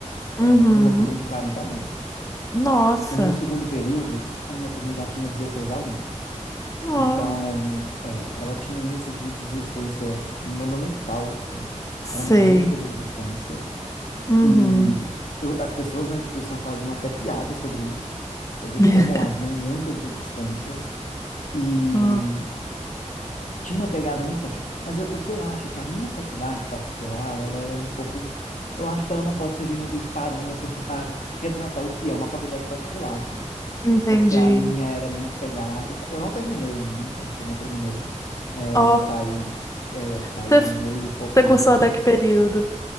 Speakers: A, on the left (about 80°); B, on the left (about 25°).
A: É,
B: Uhum.
A: numa turma de 40 alunos.
B: Nossa.
A: No meu segundo período, a minha turma já tinha 16 alunos.
B: Ó.
A: Então, é, ela tinha um índice de desistência monumental, assim.
B: Sei.
A: Era muita desistência.
B: Uhum.
A: E o- as pessoas na instituição faziam até piada sobre isso, sobre
B: <laughs>
A: como haviam muitas desistências. E
B: Ó.
A: tinha uma pegada muito forte. Mas eu- o que eu acho é que a minha faculdade particular, ela era um pouco. Eu acho que ela não pode servir muito de parâmetro para <laughs> retratar o que é uma faculdade particular, assim
B: Entendi.
A: porque a minha era muito pegada. Eu não terminei a minha, tanto que eu não terminei. É,
B: Ó.
A: eu saí, é, eu saí
B: Você
A: no meio, um pouco
B: você
A: mais
B: cursou
A: do meio.
B: até que período?